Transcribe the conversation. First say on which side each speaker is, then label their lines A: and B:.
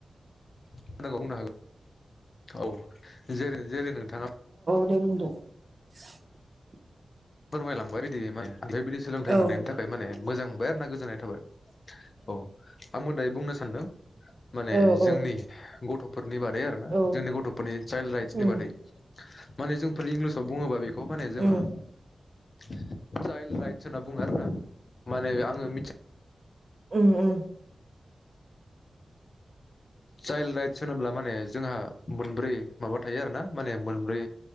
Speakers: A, on the left (about 40°); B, on the right (about 35°).
A: खोनादों बुंनो हागोन औ जेरै जेरै नोंथाङा
B: <unintelligible>
A: फोरमायलांबाय बिदि माने ओमफ्राय बिदि सोलोंथाइ
B: औ
A: मोननायनि थाखाय माने मोजां मोनबाय आरो ना गोजोननाय थाबाय। औ आंबो दायो बुंनो सानदों माने
B: औ औ
A: जोंनि गथ'फोर नि बादै आरो ना
B: औ
A: जोंनि गथ'फोरनि चाइल् राइसनि
B: औ
A: बादै माने जोंफोर इंलिसाव बुङोबा बे माने चाइल
B: उम
A: राइस होनना बुङो आरोोना माने आङो मि
B: उम उम।
A: चाइल्ड राइट्स होनोब्ला माने जोंहा मोनब्रै माबा थायो आरो ना माने मोनब्रै